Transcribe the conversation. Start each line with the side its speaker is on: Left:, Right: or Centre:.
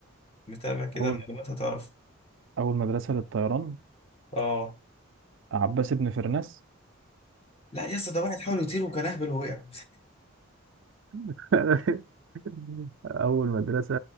Left: متابع كده
Right: اول
Left: المعلومات هتعرف.
Right: اول مدرسة للطيران
Left: آه
Right: عباس بن فرناس
Left: لا يا اسطى ده واحد حاول يطير وكان أهبل ووقع.
Right: <laughs> اول مدرسه